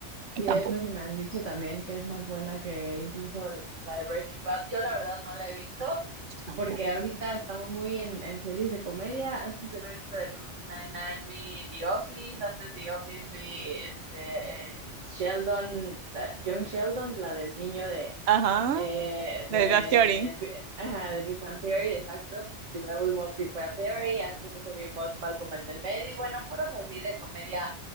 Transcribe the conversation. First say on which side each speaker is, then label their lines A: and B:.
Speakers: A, on the right (about 65°); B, on the right (about 85°).
A: Y
B: Sí,
A: tampoco,
B: es lo que me han dicho también, que es más buena que incluso la de Breaking Bad. Yo la verdad no la he visto
A: yo tampoco.
B: porque ahorita estamos muy en, en series de comedia. Antes de ver esta de Brooklyn Nine-Nine vi The Office, antes de The Office vi este, eh, Sheldon, la- Young Sheldon, la del niño de,
A: Ajá,
B: eh,
A: de
B: de,
A: verdad, Theory.
B: ajá, de Big Bang Theory, exacto. Primero vimos Big Bang Theory, antes de eso vimos Malcolm el del medio, y bueno, puros así de comedia